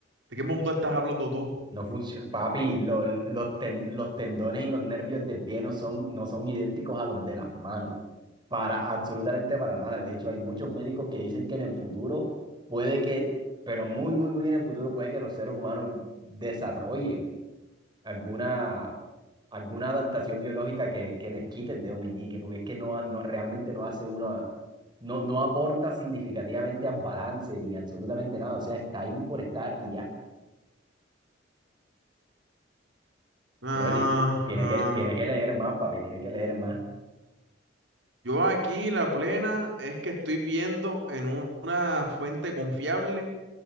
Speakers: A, on the right (about 70°); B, on the right (about 25°).
A: ¿De qué mundo estás hablando tú?
B: No funciona. Papi, lo- los, ten- los tendones y los nervios del pie no son, no son idénticos a los de las manos. Para, absolutamente para nada. De hecho, hay muchos médicos que dicen que en el futuro puede que, pero muy, muy, muy en el futuro puede que los seres humanos desarrollen. alguna, alguna adaptación biológica que, que les quite el dedo meñique, porque es que no, no realmente no hace uno, no, no aporta significativamente al balance ni absolutamente nada, o sea, está ahí por estar y ya.
A: Ah,
B: Dijo, "Ti- tiene
A: ah.
B: que, tiene que leer más, papi, tiene que leer más. O
A: Yo aquí la plena es que estoy viendo en un- una fuente confiable